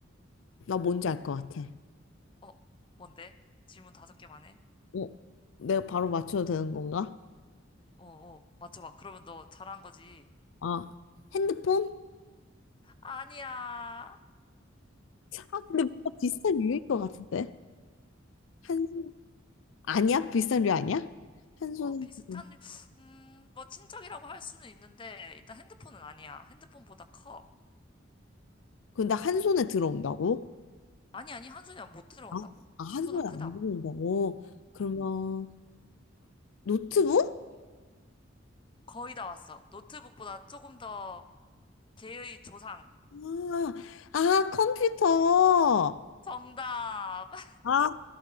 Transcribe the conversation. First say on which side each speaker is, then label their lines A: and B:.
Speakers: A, on the left; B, on the left.
A: 나 뭔지 알 것 같아.
B: 어, 뭔데? 질문 다섯 개만 해?
A: 어, 내가 바로 맞춰도 되는 건가?
B: 어, 어, 맞춰봐. 그러면 너 잘한 거지.
A: 아, 핸드폰?
B: 아니야.
A: 아, 근데 뭔가 비슷한 류일 것 같은데. 한 손, 아니야? 비슷한 류 아니야? 한
B: 어,
A: 손에
B: 비슷한,
A: 지금.
B: 음, 뭐, 친척이라고 할 수는 있는데, 일단 핸드폰은 아니야. 핸드폰보다 커.
A: 근데 한 손에 들어온다고?
B: 아니, 아니, 한 손이 못 들어온다고.
A: 아, 아, 한
B: 손보다
A: 손에
B: 크다고.
A: 안 들어온다고? 그러면
B: 응.
A: 노트북?
B: 거의 다 왔어. 노트북보다 조금 더 개의 조상.
A: 아, 아, 컴퓨터.
B: 정답! <laughs>
A: 아,